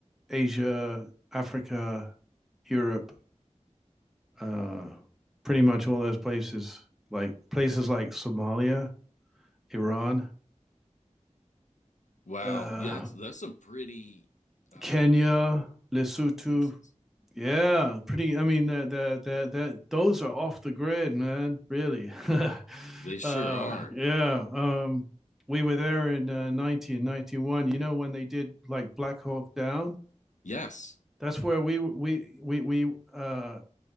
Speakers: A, in the centre; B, on the left.
A: Asia, Africa, Europe, uh, pretty much all those places, like places like Somalia, Iran,
B: Wow.
A: uh,
B: Yeah, that's that's some pretty uh
A: Kenya, Lesotho.
B: wild places.
A: Yeah, pretty. I mean, that that that that those are off the grid, man. Really. <laughs>
B: They sure
A: uh,
B: are.
A: yeah. Um, we were there in uh, 1991. You know when they did like Black Hawk Down.
B: Yes.
A: That's where we we we we uh,